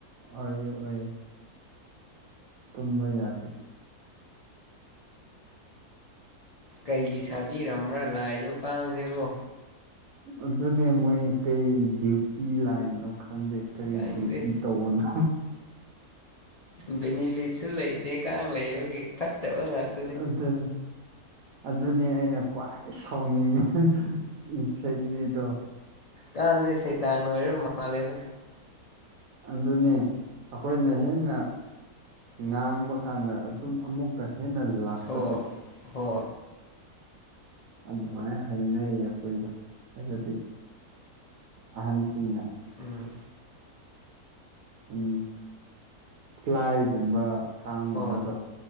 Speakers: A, on the right; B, on the left.
A: ꯑꯣꯏ ꯑꯣꯏ ꯇꯨꯝꯕ ꯌꯥꯗꯦ
B: ꯀꯩꯒꯤ ꯁꯥꯕꯤꯔꯝꯕ꯭ꯔꯥ ꯂꯥꯏꯁꯨ ꯀꯥꯡꯁꯤꯒꯣ
A: ꯑꯗꯨꯅꯦ ꯃꯣꯏ ꯀꯔꯤ ꯗ꯭ꯌꯨꯇꯤ ꯂꯥꯛꯏꯅꯣ ꯈꯪꯗꯦ ꯀꯔꯤ
B: ꯈꯪꯗꯦ
A: ꯗ꯭ꯌꯨꯇꯤ ꯇꯧꯕꯅꯣ
B: ꯕꯦꯅꯤꯐꯤꯠꯁꯨ ꯂꯩꯇꯦ ꯀꯥꯡ ꯂꯩꯌꯨꯒꯤ ꯐꯠꯇꯕ ꯉꯥꯛꯇ
A: ꯑꯗꯨꯅꯤ ꯑꯗꯨꯅꯤ ꯑꯩꯅ ꯈ꯭ꯋꯥꯏ ꯁꯥꯎꯅꯤꯡꯉꯤ ꯎ ꯁꯦꯠꯅꯤ ꯇꯣ
B: ꯀꯥꯡꯁꯦ ꯁꯩꯇꯥꯟ ꯑꯣꯏꯔ ꯃꯥꯜꯂꯦꯗ
A: ꯑꯗꯨꯅꯤ ꯑꯩꯈꯣꯏꯅ ꯍꯦꯟꯅ ꯉꯥꯡꯕ ꯀꯥꯟꯗ ꯑꯗꯨꯝ ꯑꯃꯨꯛ ꯀ ꯍꯦꯟꯅ ꯂꯥꯛꯄꯗꯣ
B: ꯍꯣ ꯍꯣ
A: ꯑꯗꯨꯃꯥꯏꯅ ꯍꯥꯏꯅꯩꯌꯦ ꯑꯩꯈꯣꯏꯗꯣ ꯍꯥꯏꯕꯗꯤ ꯑꯍꯟꯁꯤꯡꯅ
B: ꯎꯝ
A: ꯎꯝ ꯀꯥꯏꯒꯨꯝꯕ ꯊꯥꯡ
B: ꯍꯣ
A: ꯃꯗꯣ